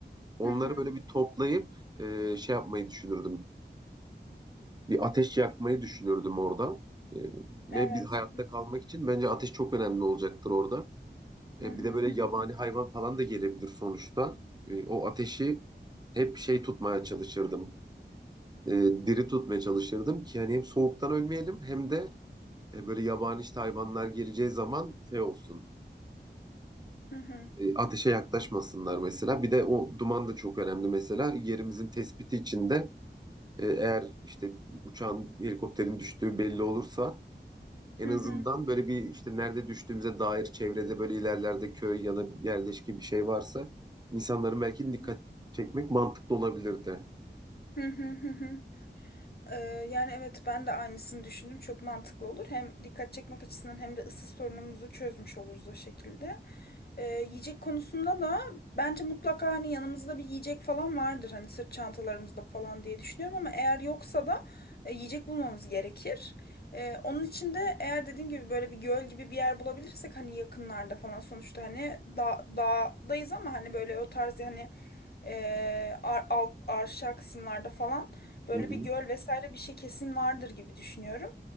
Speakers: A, on the right; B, on the left.
A: Onları
B: hı hı.
A: böyle bir toplayıp e, şey yapmayı düşünürdüm. Bir ateş yakmayı düşünürdüm orada. E, ve
B: Evet.
A: bir hayatta kalmak için bence ateş çok önemli olacaktır orada. E,
B: Hı hı
A: bir de
B: hı
A: böyle
B: hı
A: yabani hayvan falan da gelebilir sonuçta. E, o ateşi hep şey tutmaya çalışırdım. E, diri tutmaya çalışırdım ki hani hem soğuktan ölmeyelim hem de e, böyle yabani işte hayvanlar geleceği zaman şey olsun.
B: hı hı
A: E, ateşe yaklaşmasınlar mesela. Bir de o duman da çok önemli mesela. Yerimizin tespiti için de e, eğer işte uçağın, helikopterin düştüğü belli olursa En
B: hı
A: azından
B: hı
A: böyle bir işte nerede düştüğümüze dair çevrede böyle ilerlerde köy ya da yerleşki bir şey varsa insanların belki
B: hı
A: dikkat çekmek mantıklı olabilirdi.
B: hı hı hı. hı. Ee, yani evet ben de aynısını düşündüm. Çok mantıklı olur. Hem dikkat çekmek açısından hem de ısı sorunumuzu çözmüş oluruz o şekilde. Ee, yiyecek konusunda da bence mutlaka hani yanımızda bir yiyecek falan vardır. Hani sırt çantalarımızda falan diye düşünüyorum ama eğer yoksa da e, yiyecek bulmamız gerekir. Ee, onun için de eğer dediğim gibi böyle bir göl gibi bir yer bulabilirsek hani yakınlarda falan sonuçta hani da dağdayız ama hani böyle o tarz hani e, ar- alt arşa kısımlarda falan Böyle
A: Hı hı.
B: bir göl vesaire bir şey kesin vardır gibi düşünüyorum.